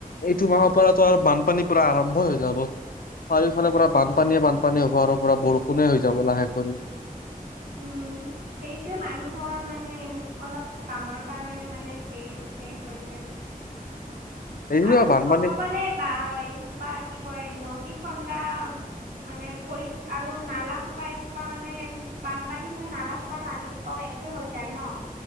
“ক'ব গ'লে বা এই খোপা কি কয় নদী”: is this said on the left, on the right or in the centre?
Right